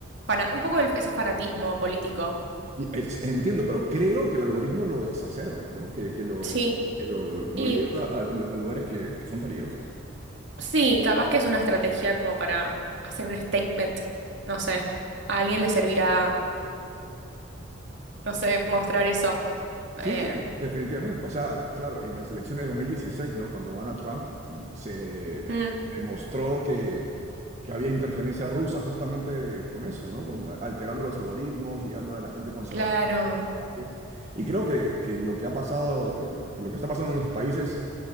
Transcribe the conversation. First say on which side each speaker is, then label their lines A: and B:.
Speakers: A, on the right; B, on the right.
A: fana- un poco el- ese fanatismo político.
B: Y es- entiendo, pero creo que el algoritmo lo exacerba, ¿no? Que, que lo,
A: Sí,
B: que lo, lo
A: y
B: lleva a, lu- a lugares que, que son peligrosos.
A: sí, capaz que es una estrategia como para hacer un statement, no sé, a alguien le servirá, no sé, mostrar eso.
B: Sí,
A: Eh,
B: definitivamente. O sea, claro, en las elecciones de 2016, ¿no? Cuando gana Trump, se
A: mm,
B: demostró que, que había interferencia rusa justamente con eso, ¿no? Con, alterando los algoritmos, llegando a la gente conservadora.
A: claro,
B: ¿sabes? Y creo que, que lo que ha pasado, eh, que lo que está pasando en los países